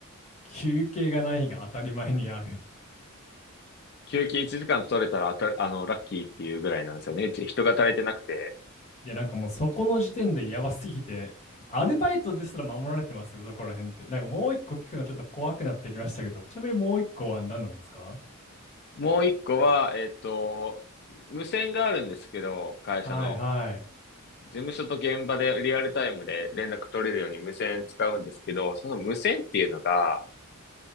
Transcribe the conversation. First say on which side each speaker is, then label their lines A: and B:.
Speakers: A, on the left (about 30°); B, on the left (about 50°).
A: 休憩がない日が当たり前にある。
B: 休憩1時間取れたらあた、あの、ラッキーっていうぐらいなんですよね。うち人が足りてなくて。
A: いや、なんかもうそこの時点でやばすぎて、アルバイトですら守られてますよ、そこら辺って。なんかもう一個聞くのちょっと怖くなってきましたけど、ちなみにもう一個は何なんですか
B: もう一個は、えっと、無線があるんですけど、会社の。
A: はいはい。
B: 事務所と現場でリアルタイムで連絡取れるように無線使うんですけど、その無線っていうのが、